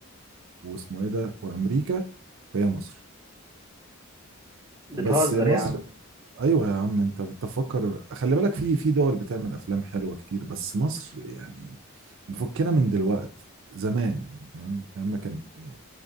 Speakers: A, on the right; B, on the right.
A: واسمه ايه ده وأمريكا هي مصر
B: بتهزر
A: بس مصر
B: يا عم
A: ايوه يا عم انت تفكر خلي بالك في في دول بتعمل افلام حلوه كتير بس مصر يعني مفكنا من دلوقت زمان يعني فاهم لما كان يعني